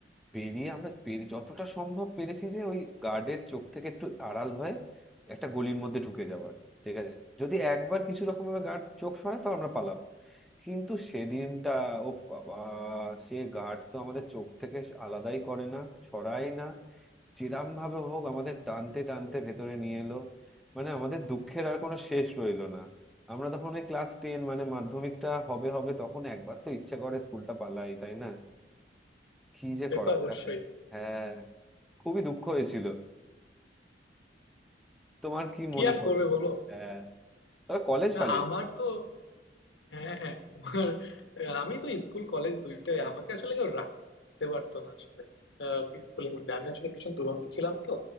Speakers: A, in the centre; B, on the left.
A: বেরিয়ে আমরা পেরে যতটা সম্ভব পেরেছি যে ওই গার্ডের চোখ থেকে একটু আড়াল হয়ে একটা গলির মধ্যে ঢুকে যাওয়ার ঠিক আছে যদি একবার কিছু রকম ভাবে গার্ড চোখ সরায় তো আমরা পালাবো কিন্তু সেদিনটা ও বাবা সে গার্ড তো আমাদের চোখ থেকে আলাদাই করে না সরায় না চিরাম ভাবে হোক আমাদের টানতে টানতে ভেতরে নিয়ে এলো মানে আমাদের দুঃখের আর কোনো শেষ রইলো না আমরা তখন ওই ক্লাস টেন মানে মাধ্যমিকটা হবে হবে তখন একবার তো ইচ্ছে করে স্কুলটা পালাই তাই না কি যে
B: সে
A: করা
B: তো অবশ্যই
A: যায় হ্যাঁ খুবই দুঃখ হয়েছিল তোমার কি
B: কি
A: মনে
B: আর
A: পড়ে
B: করবে
A: না
B: বলো
A: হ্যাঁ তবে কলেজ
B: না
A: পালিয়েছি
B: আমার তো হ্যাঁ হ্যাঁ তোমার আহ, আমি তো স্কুল কলেজ দুইটাই আমাকে আসলে কেউ রাখতে পারতো না আসলে আহ, কি স্কুলের মধ্যে আমি আসলে ভীষণ দুরন্ত ছিলাম তো